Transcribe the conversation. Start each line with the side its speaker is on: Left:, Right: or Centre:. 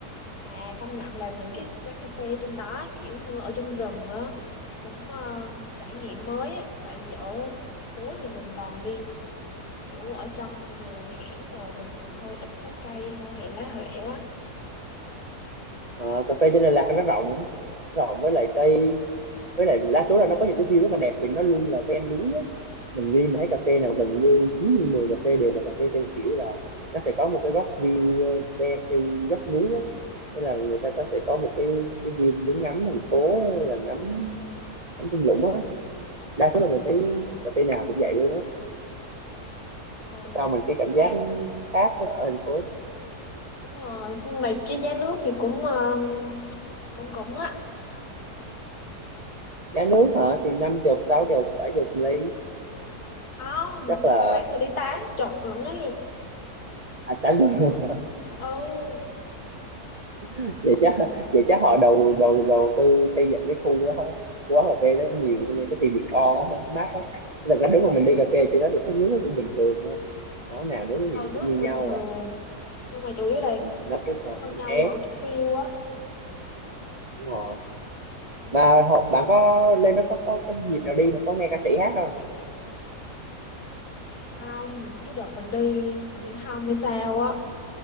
Left: mà công nhận là những cái quán cà phê trên đó kiểu như ở trong rừng á cũng ờ, trải nghiệm mới ấy. Tại vì ở thành phố thì mình toàn đi kiểu ở trong đường hẻm đồ bình thường thôi ít có cây hoa hệ lá huệ á
Right: Ờ, cà phê trên Đà Lạt nó rộng rộng với lại cây với lại đa số là nó có những cái view rất là đẹp vì nó luôn là ven núi á mình đi mà thấy cà phê nào gần như 9 như 10 cà phê đều là cà phê theo kiểu là nó sẽ có một cái góc view ờ, ven theo dốc núi á thế là người ta có sẽ có một cái cái view để ngắm thành phố hay là ngắm ngắm thung lũng á đa số là mình thấy cà phê nào cũng vậy luôn á
Left: ờ,
Right: cho mình cái cảm
Left: nhưng
Right: giác
Left: mà
Right: khác với ở thành phố
Left: đúng rồi nhưng mà cái giá nước thì cũng ờ, cũng cũng á
Right: giá nước hả thì năm chục
Left: ừ.
Right: sáu chục bảy chục ly
Left: không
Right: chắc là
Left: cái quán mình đi tám chục lận ấy
Right: à, tám chục luôn
Left: ừ
Right: <laughs> vậy chắc vậy chắc họ đầu đầu đầu tư xây dựng cái khu đó quán cà phê đó nhiều cho nên cái tiền decor <laughs> mát á thật ra nếu mà mình đi cà phê trên đó thì thấy nước nó cũng bình thường thôi quán nào nước cái
Left: ờ,
Right: gì nó
Left: nước
Right: cũng như nhau
Left: bình thường
Right: à
Left: nhưng mà chủ yếu là
Right: Ừ, nó cái còn
Left: hơn
Right: nước
Left: nhau
Right: ép
Left: ở cái view á
Right: đúng rồi
Left: ừ.
Right: mà họ, bạn có lên đó có, có có dịp nào đi mà có nghe ca sĩ hát không
Left: không cái đợt mình đi thằng Nguyễn Hồng hay sao á